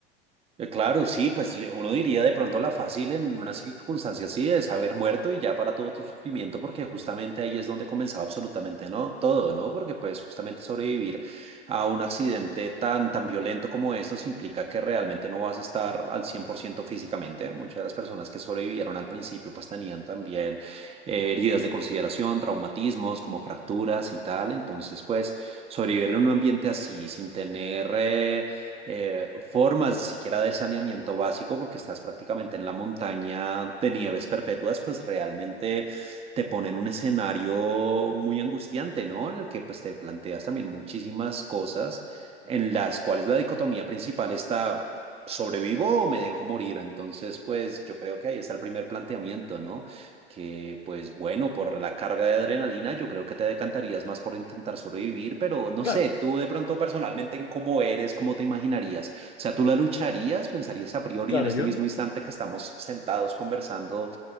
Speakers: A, on the right; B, on the left.
A: Eh, Claro, sí, pues yo- uno diría de pronto la fácil en una circunstancia así es haber muerto y ya para todo tu sufrimiento, porque justamente ahí es donde comenzaba absolutamente no todo, ¿no? Porque pues justamente sobrevivir a un accidente tan tan violento como estos implica que realmente no vas a estar al 100% físicamente. Muchas de las personas que sobrevivieron al principio pues tenían también eh, heridas de consideración, traumatismos como fracturas y tal. Entonces pues sobrevivir en un ambiente así sin tener... eh, eh, formas siquiera de saneamiento básico, porque estás prácticamente en la montaña de nieves perpetuas, pues realmente te pone en un escenario muy angustiante, ¿no? En el que pues te planteas también muchísimas cosas en las cuales la dicotomía principal está, ¿sobrevivo o me dejo morir? Entonces, pues yo creo que ahí está el primer planteamiento, ¿no? que pues bueno, por la carga de adrenalina, yo creo que te decantarías más por intentar sobrevivir, pero no
B: Claro,
A: sé, tú de pronto personalmente en cómo eres, cómo te imaginarías. O sea, tú la lucharías, pensarías a priori
B: claro,
A: en este
B: yo...
A: mismo instante que estamos sentados conversando,